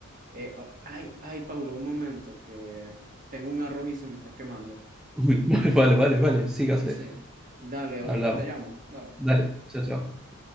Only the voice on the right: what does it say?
Eh, oh, ay, ay, Paulo, un momento, que tengo un arroz y se me está quemando.
Sí,
sí. Dale, ahorita
te llamo. Dale.